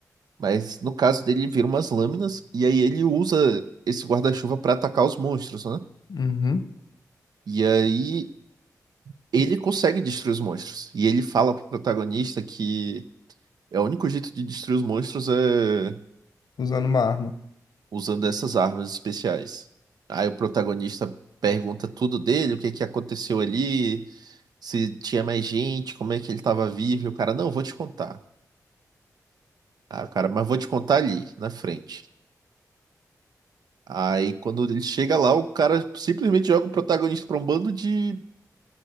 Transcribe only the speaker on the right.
mas no caso dele, ele vira umas lâminas e aí ele usa esse guarda-chuva pra atacar os monstros, né?
E aí ele consegue destruir os monstros. E ele fala pro protagonista que é o único jeito de destruir os monstros é
usando essas armas especiais. Aí o protagonista pergunta tudo dele, o que que aconteceu ali, se tinha mais gente, como é que ele estava vivo. E o cara, não, vou te contar. Ah, cara, mas vou te contar ali, na frente. Aí quando ele chega lá, o cara simplesmente joga o protagonista pra um bando de,